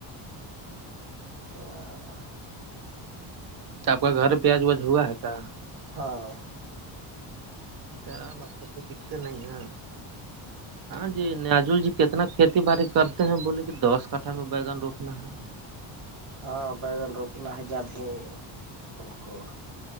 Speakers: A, on the right; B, on the right.
A: <unintelligible>
B: تو آپ کا گھر پیاج وج ہوا ہے کیا
A: ہاں
B: کیا ل تو کوئی دقت نہیں ہے ہاں جی نجول جی کتنا کھیتی باڑی کرتے ہیں بولے کہ دس کٹھا میں بیگن روپنا ہے
A: ہاں بیگن روکنا ہے جیاد ہی ان کو